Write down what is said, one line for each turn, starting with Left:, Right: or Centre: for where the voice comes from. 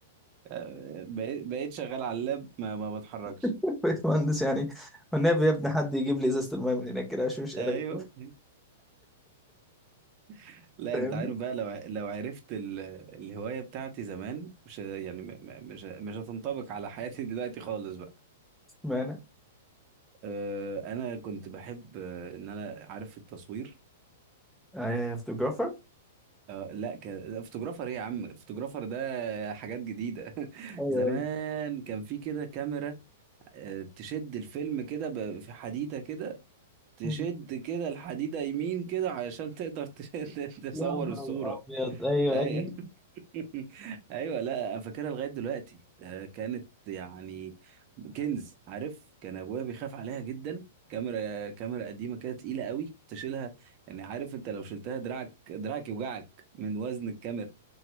Right: آه، بقيت بقيت شغال على اللاب ما ما بتحركش
Centre: <laughs> بقيت مهندس يعني والنبي يا ابني حد يجيب لي ازازة المايه من هناك كده عشان مش قادر
Right: ايوه
Centre: أجيبها.
Right: <laughs> لا
Centre: فاهمني
Right: انت عارف بقى لو لو عرفت ال... الهوايه بتاعتي زمان مش ه- يعني م- م- مش ه- مش هتنطبق على حياتي <laughs> دلوقتي خالص بقى
Centre: معنى
Right: آه، انا كنت بحب آه، ان انا عارف التصوير
Centre: آه فوتوغرافر
Right: آه لا ك... فوتوغرافر ايه يا عم فوتوغرافر ده حاجات جديده <laughs>
Centre: ايوه
Right: زمان
Centre: ايوه
Right: كان في كده كاميرا آه، تشد الفيلم كده ب- في حديده كده تشد
Centre: مم.
Right: كده الحديدة يمين كده علشان تقدر تشد <laughs> تصور
Centre: يا نهار
Right: الصورة
Centre: ابيض ايوه
Right: أي...
Centre: ايوه
Right: <laughs> ايوه لا انا فاكرها لغاية دلوقتي ده كانت يعني كنز عارف كان ابويا بيخاف عليها جدا كاميرا كاميرا قديمة كده تقيلة قوي كنت اشيلها يعني عارف انت لو شلتها دراعك دراعك يوجعك من وزن الكاميرا